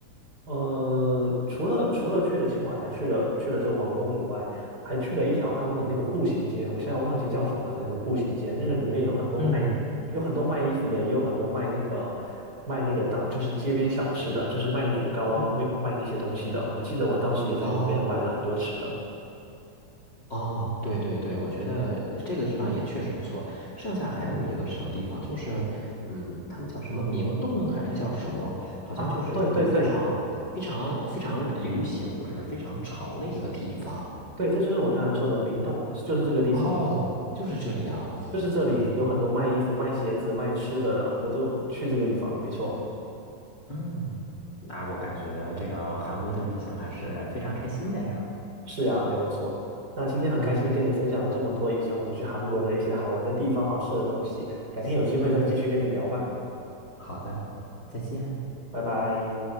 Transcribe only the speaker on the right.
呃，除了除了去了青瓦台，去了去了这个王宫以外，还去了一条他们的那个步行街，我现在忘记叫什么了，那个步行街，那个里面有很多卖有很多卖衣服的，
也有很多卖那个卖那个当就是街边小吃的，就是卖年糕啊，
卖卖那些东西的。我记得我当时也在里面买了很多吃的。
啊，对对对对，这就是我刚才说的明洞，就是这个地方。
就是这里有很多卖衣服、卖鞋子、卖吃的的，我都去这个地方。没错，
是呀，没有错。那今天很开心跟你分享了这么多以前我们去韩国的一些好玩的地方、
好吃的东西，改天有机会再继续跟你聊吧，
拜拜。